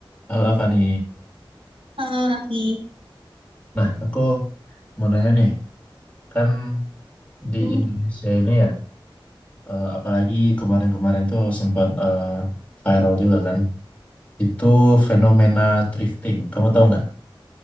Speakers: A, on the left; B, on the right.
A: Halo Fani.
B: Halo Raffi.
A: Nah, aku mau nanya nih, kan di
B: Hmm,
A: Indonesia ini ya, eh, apalagi kemarin-kemarin tuh sempat eh, viral juga kan, itu fenomena thrifting. Kamu tahu nggak?